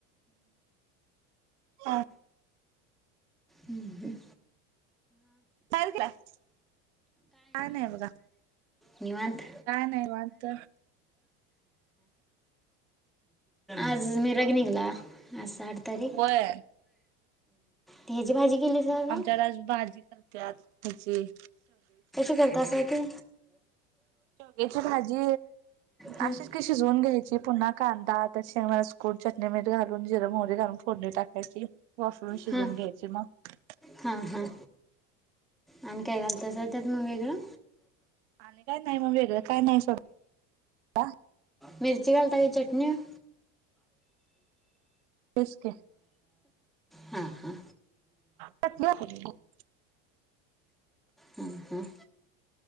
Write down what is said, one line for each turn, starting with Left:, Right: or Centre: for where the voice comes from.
Right: हा.
Centre: हम्.
Right: का <unintelligible> का नाही ब का
Centre: निवनत.
Right: काय नाही वाणत.
Centre: आज मिरग निघाला. आ साठ तारीख
Right: होय.
Centre: तेजी माजी का क
Right: आमच्याकडे आज भाजी करत्यात ह्याची
Centre: करता ते
Right: च भाजी
Centre: हां
Right: अशीच की शिजवून घ्यायची पुन्हा कांदा त्या मसकूट चटणी मर घालून जिर मोरी घालून फोडणी टाकायची वाफरून शिजवून
Centre: हां
Right: घ्यायची मग
Centre: हां हां आणि काय घालत असं त्यात मग वेगळं
Right: आणि काय नाही मग वेगळं काय नाही सड
Centre: मिर्ची घालता का चटन
Right: तेच की
Centre: हा हा
Right: हा
Centre: हम हम